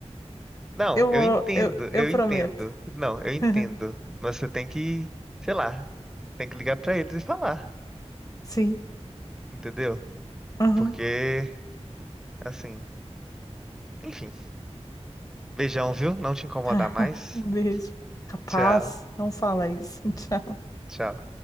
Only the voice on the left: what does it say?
eu
vou,
eu,
eu prometo.
<laughs>
Sim,
aham,
tá. <laughs>
Um beijo. Capaz,
não fala isso. <laughs> Tchau.